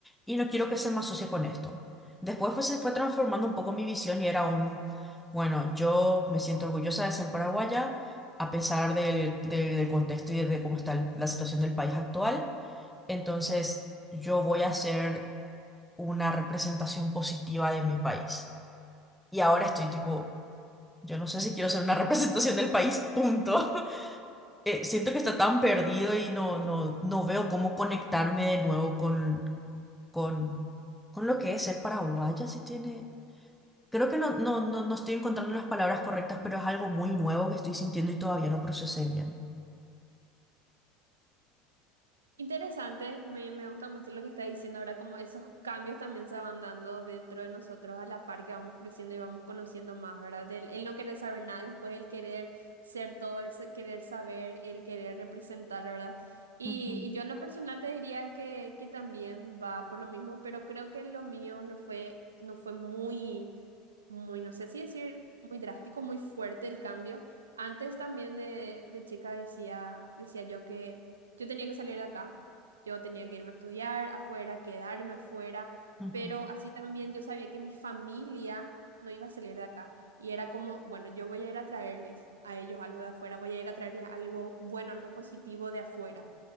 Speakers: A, in the centre; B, on the right.
A: y no quiero que se me asocie con esto. Después fue- se fue transformando un poco mi visión y era un, bueno, yo me siento orgullosa de ser paraguaya a pesar del, del, del contexto y de cómo está la situación del país actual. Entonces, yo voy a hacer una representación positiva de mi país. Y ahora estoy tipo, yo no sé si quiero hacer una <laughs> representación del país, punto. <laughs> Eh, siento que está tan perdido y no, no, no veo cómo conectarme de nuevo con, con, con lo que es ser paraguaya, si tiene... Creo que no, no, no, no estoy encontrando las palabras correctas, pero es algo muy nuevo que estoy sintiendo y todavía no procesé bien.
B: Interesante, me, me gusta mucho lo que está diciendo ahora, como esos cambios también se van dando dentro de nosotros a la par que vamos creciendo y vamos conociendo más, ¿verdad? El, el no querer saber nada, después el querer ser todo, el se- querer saber, el querer representar, ¿verdad? Y,
A: Ujú,
B: y yo en lo personal te diría que, que también va por lo mismo, pero creo que lo mío no fue, no fue muy muy, no sé si decir muy drástico, muy fuerte el cambio. Antes también de, de chica decía, decía yo que yo tenía que salir de acá, yo tenía que irme a estudiar afuera, quedarme afuera,
A: ujú,
B: pero así también yo sabía que mi familia no iba a salir de acá. Y era como, bueno, yo voy a ir a traerles a ellos algo de afuera, voy a ir a traerles algo bueno, algo positivo de afuera.